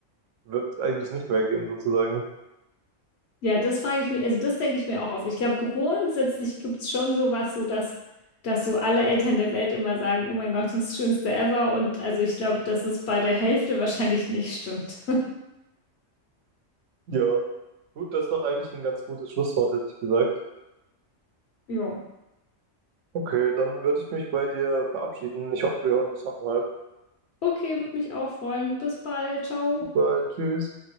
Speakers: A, on the right; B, on the left.
A: wird eigentlich nicht mehr gehen, sozusagen.
B: Ja, das frage ich mich, also das denke ich mir auch oft. Ich glaube, grundsätzlich gibt es schon sowas, so dass, dass so alle Eltern der Welt immer sagen, oh mein Gott, das ist das Schönste ever. Und also ich glaube, dass es bei der Hälfte wahrscheinlich nicht stimmt. <laughs>
A: Ja, gut, das ist doch eigentlich ein ganz gutes Schlusswort, hätte ich gesagt.
B: Jo.
A: Okay, dann würde ich mich bei dir verabschieden. Ich hoffe, wir hören uns nochmal.
B: Okay, würde mich auch freuen. Bis bald. Ciao.
A: Bis bald, tschüss.